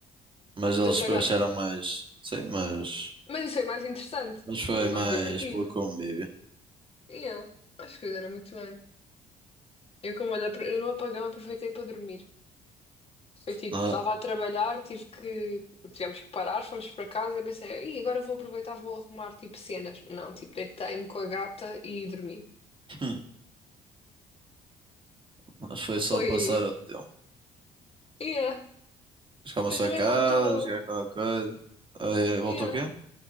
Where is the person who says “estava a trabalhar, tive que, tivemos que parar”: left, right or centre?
Left